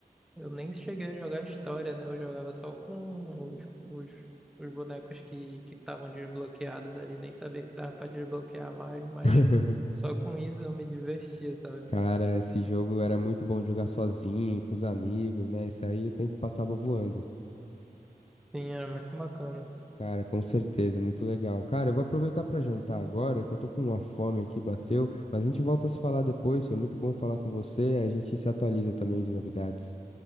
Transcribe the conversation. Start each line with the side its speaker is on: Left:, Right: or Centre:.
Centre: Eu nem cheguei a jogar história, né? Eu jogava só com os, os, os bonecos que que estavam desbloqueados ali. Nem sabia que dava pra desbloquear mais, mas
Left: <laughs>
Centre: só com isso eu me divertia, sabe?
Left: Cara, esse jogo era muito bom de jogar sozinho, com os amigos, né? Esse aí o tempo passava voando.
Centre: Sim, era muito bacana.
Left: Cara, com certeza, muito legal. Cara, eu vou aproveitar pra jantar agora, que eu tô com uma fome aqui, bateu, mas a gente volta a se falar depois. Foi muito bom falar com você, a gente se atualiza também de novidades.